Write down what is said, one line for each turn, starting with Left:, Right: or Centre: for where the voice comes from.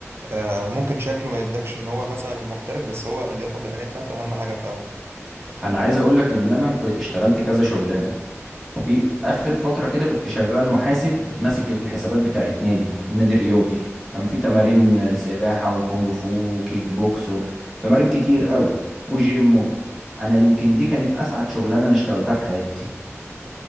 Right: آه، ممكن شكله ما يدكش ان هو مثلا محترف بس هو اللياقة البدنية بتاعته اهم حاجة فعلا
Centre: انا عايز اقول لك ان انا كنت اشتغلت كذا شغلانه في في اخر فتره كده كنت شغال محاسب ماسك الحسابات بتاعت نادي نادي رياضي كان في تمارين
Right: جميل
Centre: سباحه وكونج فو وكيك بوكس وتمارين كتير قوي وجيم و... انا دي- يمكن دي كانت اسعد شغلانه انا اشتغلتها في حياتي